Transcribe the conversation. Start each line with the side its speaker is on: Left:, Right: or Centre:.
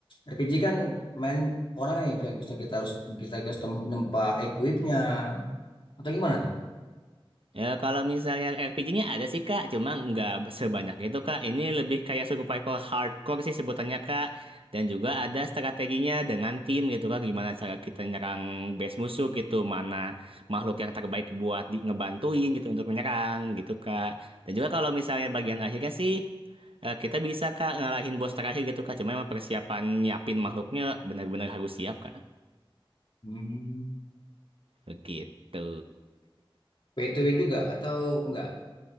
Left: RPG kan main orang nih yang bisa kita harus kita custom nempa equipnya atau gimana tuh?
Right: Ya kalau misalnya RPG-nya ada sih Kak, cuma nggak sebanyak itu Kak. Ini lebih kayak survival hardcore sih sebutannya Kak. Dan juga ada strateginya dengan tim gitu Kak, gimana cara kita nyerang base musuh gitu, mana makhluk yang terbaik buat di ngebantuin gitu untuk menyerang gitu Kak. Dan juga kalau misalnya bagian akhirnya sih eh, kita bisa Kak ngalahin bos terakhir gitu Kak. Cuma emang persiapan nyiapin makhluknya benar-benar harus siap Kak.
Left: Hmm.
Right: Begitu.
Left: Pay to win juga atau enggak?